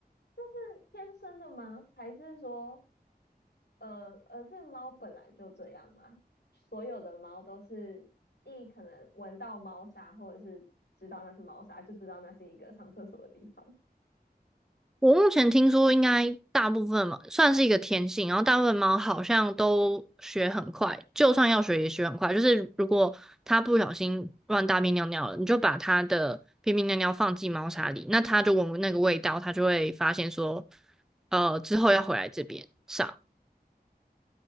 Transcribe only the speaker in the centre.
我目前听说，应该大部分嘛，算是一个天性，然后大部分猫好像都学很快，就算要学也学很快。就是如果它不小心乱大便尿尿了，你就把它的便便尿尿放进猫砂里，那它就闻那个味道，它就会发现说，呃，之后要回来这边上。